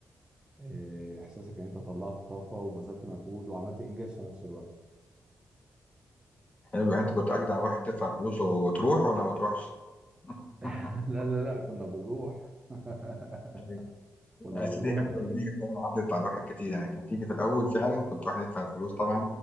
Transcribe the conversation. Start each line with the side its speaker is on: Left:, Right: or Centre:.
Right: آه، احساسك ان انت طلعت طاقة وبذلت مجهود وعملت انجاز في نفس الوقت
Left: حلو انت كنت اجدع واحد تدفع فلوس وتروح ولا ما تروحش <laughs>
Right: <laughs> لا لا لا كنا بنروح <laughs>
Left: طيب،
Right: كنا
Left: يا
Right: بنروح
Left: سيدي حتى
Right: اكيد
Left: دي كمان عدت على الواحد كتير يعني كان فيجي في الاول فعلا كنت واحد يدفع الفلوس طبعا